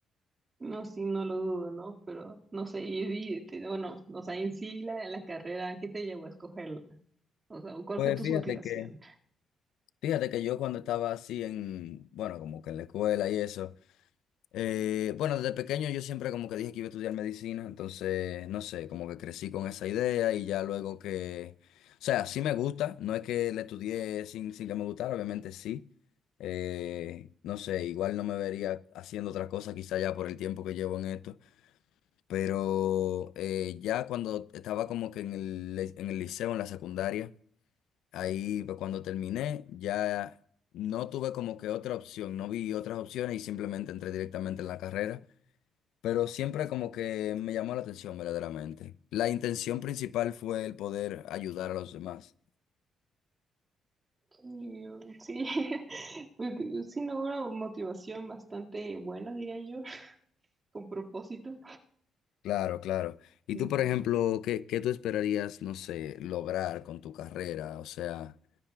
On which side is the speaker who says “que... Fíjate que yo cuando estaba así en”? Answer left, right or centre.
Left